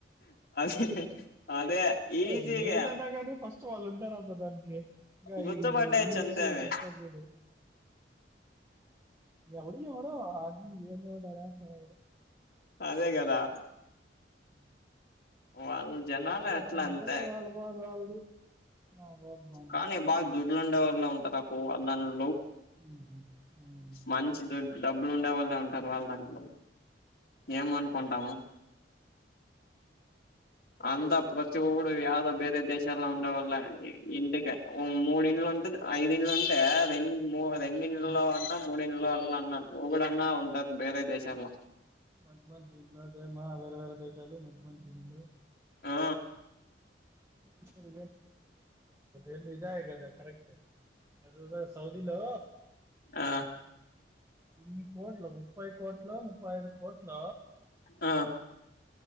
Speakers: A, on the left; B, on the right.
A: <unintelligible> ఈజీగా
B: ఏ ఏందన్నా గాని ఫస్ట్ వాళ్ళు ఉంటారు అప్ప దానికి ఇంకా
A: గుర్తుపట్టేయచ్చు
B: ఈ నీలేష్
A: అంతే అవి
B: చెప్తాడు గడు ఎవడ ఉన అది ఏంద వాటర సాలద <unintelligible>
A: అదే కదా
B: హ
A: వాళ్ళు జనాలు
B: ఏ
A: అట్లా
B: అంతలే
A: అంతే
B: వాళ్ళ బాధ వాళ్ళది మా బాధ బాంది
A: కానీ బాగా దుడ్లు ఉండే వాళ్ళు ఉంటారు అప్పు దాలో
B: ఉహు ఉమ్,
A: మంచి డబ్బులు ఉండే వాళ్ళ ఉంటారు వాళ్ళాంట్లో ఏమ
B: ఉమ్,
A: అనుకుంటాము అంతా ప్రతి ఒడు ఏదో వేరే దేశాలల్లో ఉండే వాళ్ళ ఇంటిక మూడి ఇండ్లు ఉంటే ఐదేళ్ళలు అంటే రెండు మ రెండు
B: ఉమ్.
A: లో అన్నా మూడి ఇంలోల అన్నా డన్నా ఉంటది బేరే దేశాలల్లో
B: మంచి మంచి ఇండ్లు దేమా వేరే వేరే దేశాలు మంచి మంచి జింలు
A: ఆ
B: అప్పుడు ఎదో ఇదాకదా కరెక్ట్ అదదా సౌదీలో
A: ఆ
B: ఇన్ని కోట్లు ముప్పై కోట్లు ముప్పై ఐదు కోట్ల
A: ఆ